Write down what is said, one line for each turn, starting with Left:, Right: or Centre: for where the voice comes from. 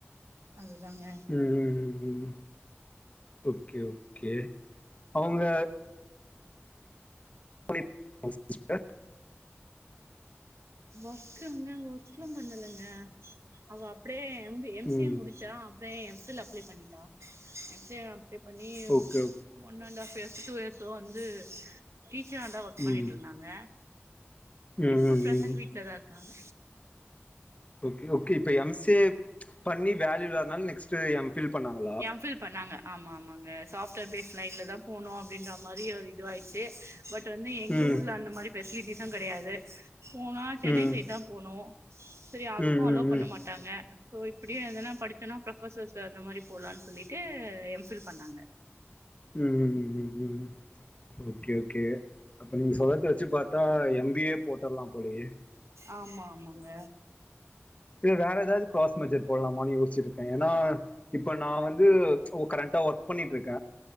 Right: அதுதாங்க
Left: ம் ம் ம் ஓகே ஓகே அவுங்க <inaudible> சிஸ்டர்
Right: ஒர்க்குங்க ஒர்க்லா பண்ணலங்க அவ அப்டே M B M C
Left: ம்
Right: A முடிச்சா அப்டியே எம் ஃபில் அப்ளே பண்ணிட்டா எம் சி யே அப்ளே பண்ணி
Left: okay okay
Right: one and half years two இயர்ஸோ வந்து டீச்சரா தா ஒர்க் பண்ணிட்ருந்தாங்க
Left: ம் ம்
Right: இப்ப
Left: ம்
Right: ப்ரிண்ட்
Left: ம்
Right: வீட்லதா இருக்காங்க
Left: ஓகே ஓகே இப்ப எம் சி ஏ பண்ணி வேல்யூ இல்லாதனால நெக்ஸ்ட்டு எம் ஃபில் பண்ணாங்களா
Right: எம் ஃபில் பண்ணாங்க ஆமா ஆமாங்க சாஃப்ட்வேர் பேஸ்ட் லைன்ல தா போணு அப்டின்ற மாரி ஒரு இதுவாயிடுச்சு பட் வந்து எங்க
Left: ம்
Right: ஊர்ல அந்த மாரி ஃபெசிலிட்டிஸு கெடையாது போனா சென்னை
Left: ம்
Right: சைட்தா‌ போணு செரி அதுக்கும்
Left: ம் ம்
Right: அலோ
Left: ம்
Right: பண்ண
Left: ம்
Right: மாட்டாங்க சோ இப்டியு எதன்னா படி ச்சோன்னா ப்ரொஃபசர்ஸு அந்த மாரி போலானு சொல்லிட்டு எம்ஃபில் பண்ணாங்க
Left: ம் ம் ம் ஓகே ஓகே அப்ப நீங்க சொல்லறது வச்சு பாத்தா எம் பி ஏ போட்டர்லா போலயே
Right: ஆமா ஆமாங்க
Left: இல்ல வேற ஏதாவது க்ராஸ் மேஜர் போட்லாமானு யோசிச்சுட்ருக்கே ஏன்னா இப்ப நா வந்து ச் ஓ கரண்டா ஒர்க் பண்ணிட்ருக்க